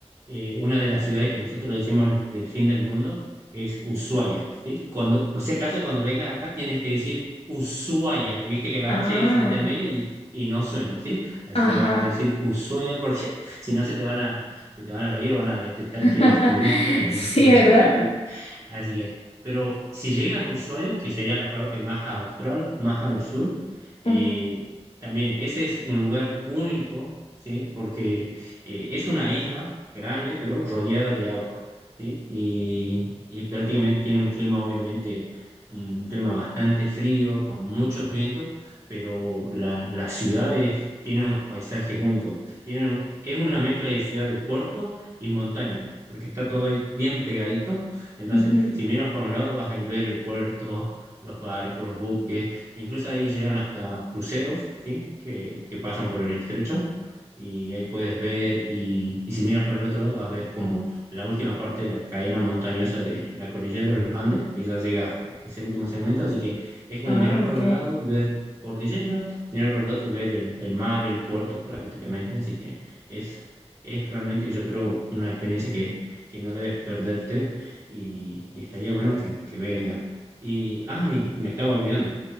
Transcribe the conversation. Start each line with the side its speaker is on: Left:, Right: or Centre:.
Right: eh, una de las ciudades que nosotros le decimos del fin del mundo es Ushuaia, ¿sí? Cuando, por si acaso, cuando vengas acá tienes que decir Ushuaia, viste que la
Left: Ah,
Right: H es intermedia y, y no suena, ¿sí? Así
Left: ajá.
Right: que vas a decir Ushuaia porque <laughs> si no se te van a, se te van a reír, van a detectar
Left: <laughs>
Right: que eres turista y,
Left: Sí,
Right: y bueno.
Left: ¿verdad?
Right: <laughs> Así que, pero si llegas a Ushuaia, que sería la parte más austral, más al sur, eh,
Left: Ujú,
Right: también ese es un lugar único, ¿sí? Porque eh, es una isla grande, pero rodeada de agua, ¿sí? Y, y prácticamente tiene un clima, obviamente, un clima bastante frío, con mucho viento, pero la- las ciudades tienen unos paisajes únicos. Tienen, es una mezcla de ciudad de puerto y montaña, porque está todo ahí bien pegadito entonces,
Left: ujú.
Right: si miras por un lado, vas a ver el puerto, los barcos, los buques, incluso ahí llegan hasta cruceros, ¿sí? Que, que pasan por el estrecho. Y ahí puedes ver, y, y si miras por el otro lado, vas a ver como la última parte de la cadena montañosa de la cordillera de los Andes, que ya llega a ese último segmento. Así que es como
Left: Ah,
Right: mirar
Left: ok.
Right: para un lado y ver cordillera, mirar para el otro, ver el, el mar, el puerto prácticamente. Así que es, es realmente, yo creo, una experiencia que, que no debes perderte y, y estaría bueno que, que venga. Y, ah, y me estaba olvidando.